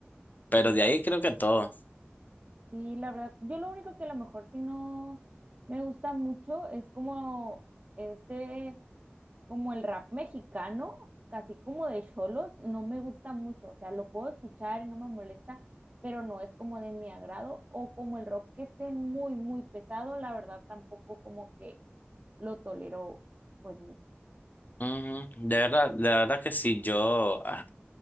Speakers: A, on the left; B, on the right.
A: Pero de ahí creo que todo.
B: Sí, la verdad, yo lo único que a lo mejor si no me gusta mucho es como ese como el rap mexicano, casi como de cholos, no me gusta mucho. O sea, lo puedo escuchar y no me molesta, pero no es como de mi agrado. O como el rock que esté muy, muy pesado, la verdad tampoco como que lo tolero pues mucho.
A: Ujú. De verdad, de verdad que sí, yo, ah,